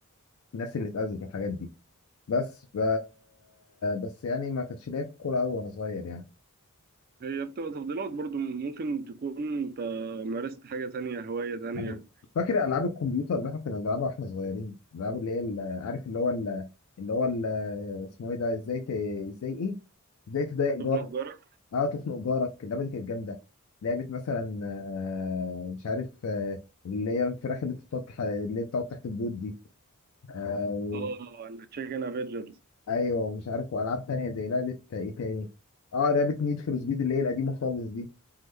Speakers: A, on the left; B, on the right.
A: الناس اللي اتأذت والحاجات دي بس ف... بس يعني ما كانتش ليا كوره قوي وانا صغير يعني
B: هي بتبقى تفضيلات برضو ممكن تكون انت مارست حاجه تانية هوايه تانية
A: أيوة. فاكر العاب الكمبيوتر اللي احنا كنا بنلعبها واحنا صغيرين الالعاب اللي هي ال- عارف اللي هو ال- اللي هو ال- اسمه ايه ده ازاي ت... ازاي ايه ازاي تضايق جارك
B: تخنق جارك
A: اه تخنق جارك اللعبه دي كانت جامده لعبه مثلا آه، مش عارف آه، اللي هي الفراخ اللي انت بتقعد تح- اللي هي بتقعد تحت البيوت دي آه، و-
B: اه التشيكن افنجرز
A: ايوه مش عارف والعاب تانية زي لعبه ايه تاني اه لعبه نيد فور سبيد اللي هي القديمه خالص دي